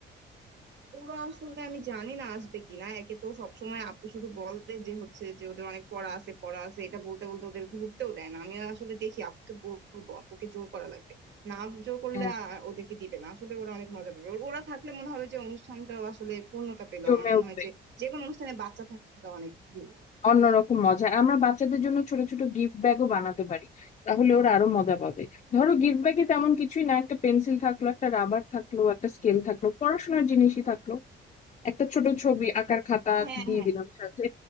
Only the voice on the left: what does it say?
হ্যাঁ
জমে
উঠবে
অন্যরকম মজা আর আমরা বাচ্চাদের জন্য ছোট ছোট গিফট ব্যাগও বানাতে পারি তাহলে ওরা আরো মজা পাবে ধরো গিফট ব্যাগে তেমন কিছুই না একটা পেন্সিল থাকলো একটা রাবার থাকলো একটা স্কেল থাকলো পড়াশোনার জিনিসই থাকলো একটা ছোট ছবি আঁকার খাতা
দিয়ে
দিলাম সাথে